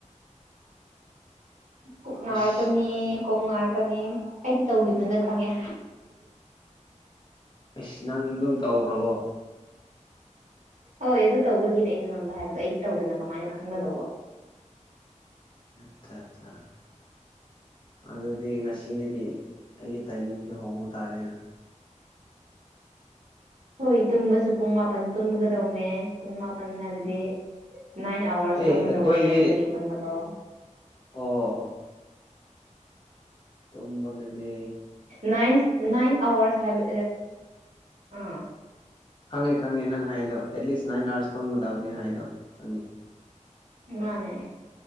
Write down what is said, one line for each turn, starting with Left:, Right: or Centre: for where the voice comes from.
Left: <unintelligible>
Right: ꯀꯣꯛ ꯅꯥꯔꯛꯀꯅꯤ
Left: ꯑꯁ
Right: ꯀꯣꯛ ꯅꯥꯔꯛꯀꯅꯤ ꯑꯩꯗꯤ ꯇꯧꯈꯤꯕꯅꯤꯅ ꯈꯪꯉꯦ
Left: ꯑꯩꯁꯤ ꯅꯪ ꯑꯗꯨꯝ ꯇꯧꯈ꯭ꯔꯕꯣ
Right: ꯍꯣꯏ ꯑꯗꯨ ꯇꯧꯕꯒꯤꯅꯦ ꯑꯩꯅ ꯅꯉꯣꯟꯗ ꯍꯥꯏꯕꯗꯣ ꯑꯩ ꯇꯧꯗꯅ ꯀꯃꯥꯏꯅ ꯈꯪꯒꯗꯧꯕ
Left: ꯑꯆꯥ ꯑꯠꯆꯥ ꯑꯗꯨꯗꯤ ꯉꯁꯤꯗꯤ ꯑꯩꯒꯤ ꯇꯥꯏꯃꯤꯡꯁꯦ ꯍꯣꯡꯕ ꯇꯥꯔꯦꯅ
Right: ꯍꯣꯏ ꯇꯨꯝꯕꯁꯨ ꯄꯨꯡ ꯃꯥꯄꯜ ꯇꯨꯝꯒꯗꯧꯅꯦ ꯄꯨꯡ ꯃꯥꯄꯜ ꯍꯥꯏꯕꯗꯤ ꯅꯥꯏꯟ ꯑꯋꯥꯔꯁ
Left: ꯑꯦ
Right: ꯇꯨꯝꯕꯗꯧꯅꯦ
Left: ꯑꯩꯈꯣꯏꯗꯤ
Right: ꯑꯩꯈꯣꯏꯒꯤ ꯇꯨꯝꯕꯗꯣ
Left: ꯑꯣ ꯇꯝꯕꯗꯗꯤ
Right: ꯅꯥꯏꯟ ꯅꯥꯏꯟ ꯑꯋꯥꯔꯁ ꯍꯥꯏꯕ ꯑꯥ
Left: ꯈꯪꯉꯦ ꯈꯪꯉꯦ ꯅꯪ ꯍꯥꯏꯗꯣ ꯑꯦꯠꯂꯤꯁ ꯅꯥꯏꯟ ꯑꯥꯔꯁ ꯇꯣꯡꯒꯗꯕꯅꯤ ꯍꯥꯏꯗꯣ ꯈꯪꯉꯦ
Right: ꯃꯥꯅꯦ